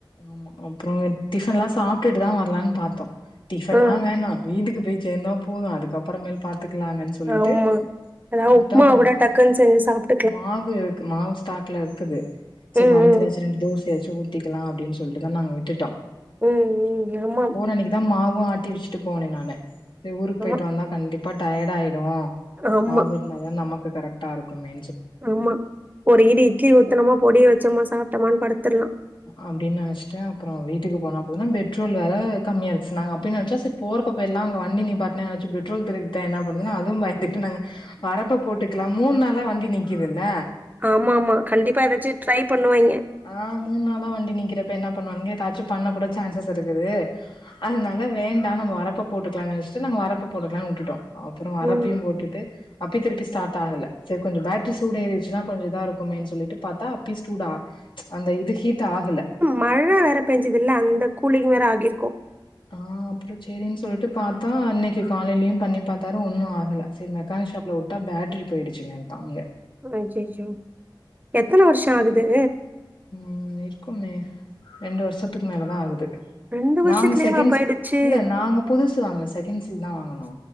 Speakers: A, on the left; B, on the right.
A: ஆமா அப்றோ டிஃபன் எல்லா சாப்ட்டுட்டுதா வரலான்னு பாத்தோ டிஃபன்
B: ஆ,
A: எல்லா வேணா வீட்டுக்கு போய் சேர்ந்தா போது அதுக்கப்புறமேல் பாத்துக்கலாங்கன்னு சொல்லிட்டு
B: ஆமா எதாவது
A: வந்துட்டோ
B: உப்புமா
A: அப்புறம்
B: கூட டக்குன்னு செஞ்சு சாப்பு
A: மாவு இருக்கு மாவு ஸ்டாக்ல இருக்குது சரி
B: ம்,
A: வந்து
B: ம்.
A: எதாச்சு ரெண்டு தோசையாச்சு ஊத் ஊத்திகலா அப்படின்னு சொல்லிட்டு தா நாங்க விட்டுட்டோ
B: ம், ம். ஆமா,
A: போரன்னி தா மாவு ஆட்டி வச்சுட்டு போனே நானு செரி ஊருக்கு
B: ஆமா,
A: போயிட்டு வந்தா கண்டிப்பா டயார்ட் ஆயிடு
B: ஆமா.
A: மாவு இருதா நமக்கு கரெக்டா இருக்குமே
B: ஆமா ஒரு ஈடு இட்லி ஊத்தனமா பொடிய வச்சோமா சாப்பிட்டமான்னு படுத்திடலா
A: அப்படின் நெனச்சிட்டு அப்புறோ வீட்டுக்கு போன போது பெட்ரோல் அதாவது கம்மியாருக்கு சொன்னாங்க அப்பியு நெனச்ச செரி போரப் பக்கல்லா அங்க வண்டி நிப்பாட்னா யாராச்சு பெட்ரோல் திருடிட்ட என்ன பண்ணது அதுவு பயந்துட்டு நாங்க வரப்ப போட்டுக்கலா மூணு நாளா வண்டி நிக்குதுல்லே
B: ஆமா ஆமா கண்டிப்பா ஏதாச்சு ட்ரை பண்ணுவிங்க
A: ஆ மூணு நாளா வண்டி நீக்கிறப்ப என்ன பண்ணுவானுங்க ஏதாச்சு பண்ண கூட சான்சஸ் இருக்குது அதனால வேண்டா நம்ம வரப்ப போட்டுக்கலான்னு நெனச்சிட்டு நாங்க வரப்ப போட்டுக்கலானு விட்டுட்டோ அப்புறோ வரப்பையு
B: ம்
A: போட்டுட்டு அப்பி திருப்பி ஸ்டார்ட் ஆகல செரி கொஞ்சு பேட்ரி சூடு ஏறிடுச்சுன்னா கொஞ்சு இதா இருக்குமேனு சொல்லிட்டு பாத்தா அப்பியு ஸூடா அந்த இது ஈட்டு ஆக
B: மழை வேற பெஞ்சது இல்ல அந்த கூலிங் வேற ஆகிருக்கு
A: ஆ அப்புறோ செரின்னு சொல்லிட்டு பாத்தா அன்னைக்கு காலையிலையு பண்ணி பாத்தாரு ஒன்னு ஆகல செரி மெக்கானிக் ஷாப்பில்ல விட்டா பேட்ரி போயிடுச்சுங்க டான்ங்க
B: அய்யையோ எத்தன வருஷோ ஆகுது
A: ம் இருக்குமே ரெண்டு வருஷத்துக்கு மேலே தா ஆகுது
B: ரெண்டு வருஷத்துலயேவா
A: நாங்க செகண்ட்ஸ்
B: போயிடுச்சு
A: இல்ல நாங்க புதுசு வாங்கல செகண்ட்ஸ்க்கு தா வாங்கனு